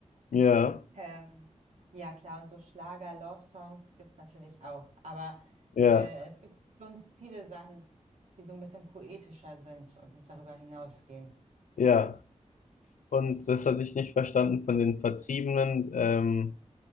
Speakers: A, on the left (about 85°); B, on the right (about 65°).
A: Ja,
B: Ähm, ja, klar, und so Schlager, Love-Songs gibt es natürlich auch. Aber
A: ja,
B: äh, es gibt schon viele Sachen, die so ein bisschen poetischer sind und darüber hinausgehen.
A: ja. Und das hatte ich nicht verstanden von den Vertriebenen. Ähm,